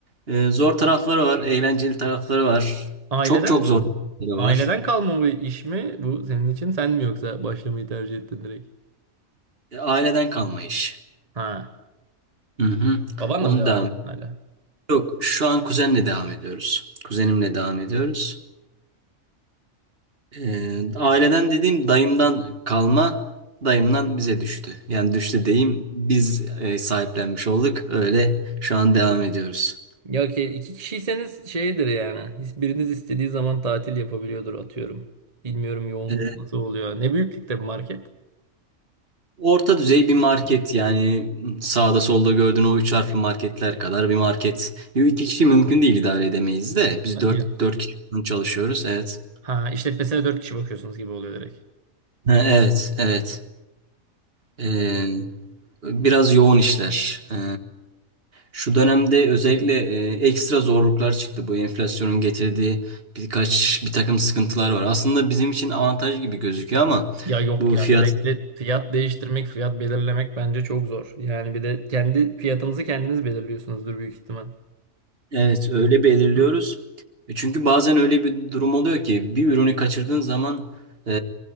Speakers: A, on the right; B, on the right.
A: E, zor tarafları var, eğlenceli tarafları var.
B: Aileden,
A: Çok çok zor tarafları
B: aileden
A: var.
B: kalma bu iş mi? Bu senin için sen mi yoksa başlamayı tercih ettin direkt?
A: E, aileden kalma iş.
B: Ha.
A: Hı hı.
B: Babanla
A: Onu
B: mı devam
A: devam
B: ediyorsun hala?
A: Yok, şu an kuzenle devam ediyoruz. Kuzenimle devam ediyoruz. Ee, aileden dediğim dayımdan kalma, dayımdan bize düştü. Yani düştü diyeyim, biz e, sahiplenmiş olduk. Öyle şu an devam ediyoruz.
B: Ya ki iki kişiyseniz şeydir yani. Biriniz istediği zaman tatil yapabiliyordur atıyorum. Bilmiyorum yoğunluk
A: Ee,
B: nasıl oluyor. Ne büyüklükte bir market?
A: orta düzey bir market yani sağda solda gördüğün o üç harfli marketler kadar bir market. Yo, İki kişi mümkün değil idare edemeyiz de. Biz
B: Hadi
A: dört,
B: ya.
A: dört kişi falan çalışıyoruz, evet.
B: Ha işletmesine dört kişi bakıyorsunuz gibi oluyor direkt.
A: Ha, evet, evet. Ee, biraz yoğun işler. Ee, Şu dönemde özellikle e, ekstra zorluklar çıktı. Bu enflasyonun getirdiği birkaç bir takım sıkıntılar var. Aslında bizim için avantaj gibi gözüküyor ama
B: Ya yok
A: bu
B: ya
A: fiyat
B: sürekli fiyat değiştirmek, fiyat belirlemek bence çok zor. Yani bir de kendi fiyatınızı kendiniz belirliyorsunuzdur büyük ihtimal.
A: Evet, öyle belirliyoruz.
B: Hı.
A: E Çünkü bazen öyle bir durum oluyor ki bir ürünü kaçırdığın zaman e,